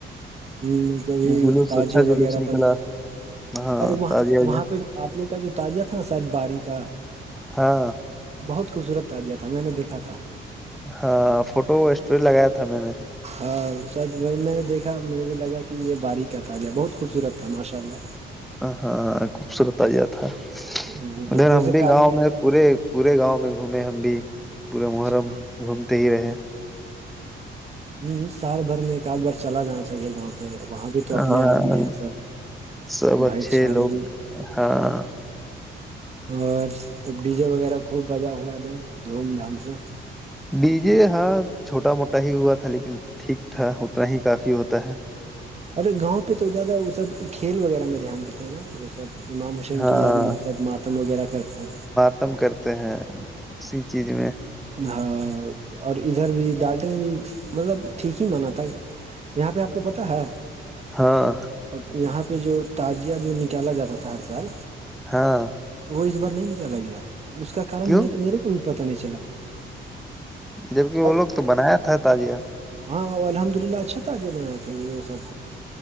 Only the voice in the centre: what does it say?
جلوس
اچھا جلوس
نکلا
ہاں
تازیہ وازیہ
ہاں
ہاں فوٹو اسٹوری لگایا تھا میں نے
ہاں ہاں خوبصورت آیا تھا
ادھر
ہم بھی
گاؤں میں پورے پورے گاؤں میں گھومے ہم بھی پورے
محرم
گھومتے ہی رہے
ہاں
سب
اچھے
لوگ ہاں
ڈی جے ہاں چھوٹا موٹا ہی ہوا تھا لیکن ٹھیک تھا اتنا ہی کافی ہوتا ہے
ہاں
ختم کرتے ہیں اسی چیز میں
ہاں
ہاں
کیوں
جبک وہ
لوگ تو بنایا تھا تازیہ